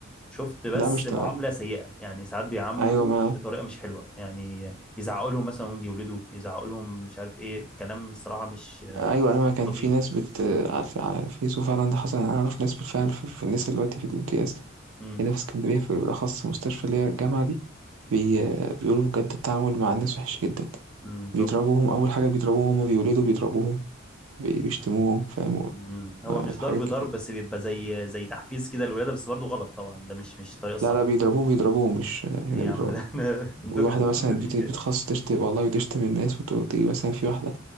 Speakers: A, in the centre; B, on the right.
A: شفت بس
B: لأ مش
A: معامله
B: ت
A: سيئه يعني ساعات بيعاملوا
B: أيوه ما
A: بطريقه مش حلوه يعني يزعقوا لهم مثلا هم بيولدوا يزعقوا لهم مش عارف ايه في كلام صراحه مش آه،
B: أيوه أيوه ما كان
A: لطيف
B: في ناس بت على الف على الفيس وفعلًا ده حصل، يعني أنا أعرف ناس بالفعل ف في النسا دلوقتي في الامتياز
A: امم
B: هنا في إسكندرية في بالأخص في مستشفى اللي هي الجامعة دي بي بيقولوا بجد التعامل مع الناس وحِش جدًا،
A: أمم، بالظبط
B: بيضربوهم أول حاجة بيضربوهم وهُم بيولدوا بيضربوهم، بي بيشتموهم فاهم، و
A: أمم. هو
B: آآ
A: مش
B: وحاجات
A: ضرب ضرب
B: كتير.
A: بس بيبقى زي زي تحفيز كده للولاده بس برضه غلط طبعا ده مش مش الطريقه الصح
B: لا لا بيضربوهم بيضربوهم مش هنا
A: ايه يا
B: بيضربوها
A: عم ده <laughs> احنا عندكم
B: وواحدة
A: عندكم
B: مثلا
A: صديق
B: بت-
A: كده
B: بتخص تشتم والله وتشتم الناس وتيجي مثلا في واحدة